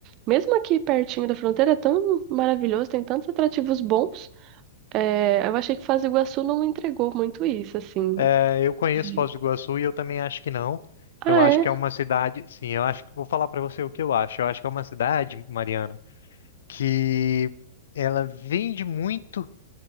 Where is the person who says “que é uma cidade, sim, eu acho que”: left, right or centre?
Left